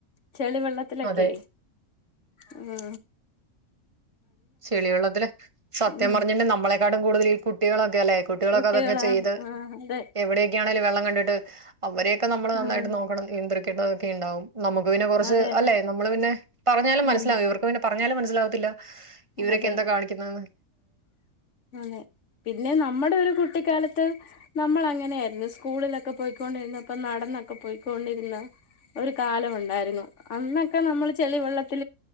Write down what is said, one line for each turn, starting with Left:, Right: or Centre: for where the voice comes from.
Left: ചെളിവെള്ളത്തിലൊക്കെ
Right: അതെ.
Left: ആ
Right: ചെളിയള്ളതില് സത്യം
Left: ഉം
Right: പറഞ്ഞിണ്ട് നമ്മളെക്കാട്ടും കൂടുതൽ കുട്ടികളൊക്കെ അല്ലെ കുട്ടികളൊക്കെ
Left: കുട്ടികളാണ്
Right: അതൊക്കെ ചെയ്ത്
Left: ആഹ് അതെ
Right: എവിടെ കേണൽ വെള്ളം കണ്ടിട്ട് അവരെയൊക്കെ നമ്മൾ നന്നായിട്ട്
Left: ആഹ്
Right: നോക്കണം നിയന്ത്രിക്കണം കിട്ടതൊക്കെ ഉണ്ടാവും നമുക്ക് പിന്നെ കുറച്ച്
Left: അതെ അതെ
Right: അല്ലേ നമ്മള് പിന്നെ പറഞ്ഞും
Left: ഉം
Right: മനസ്സാവും ഇവക്ക് പിന്നെഞ്ഞാലും മനസിലാവത്തില്ല <unintelligible> ഇവരൊക്കെ
Left: അതെ
Right: എന്താ കാണിക്കുന്നതന്ന്
Left: അതെ പിന്നെ നമ്മുടെ ഒരു കുട്ട കുട്ടിക്കാലത്ത് നമ്മൾ അങ്ങനെയായിരുന്നു സ്കൂളിലൊക്കെ പോയിക്കൊണ്ടിരുന്നപ്പോ നടന്നൊക്കെ പോയിക്കൊണ്ടിരുന്ന ഒരു കാലം ഉണ്ടായിരുന്നു അന്നൊക്കെ നമ്മൾ ചെളിവെള്ളത്തി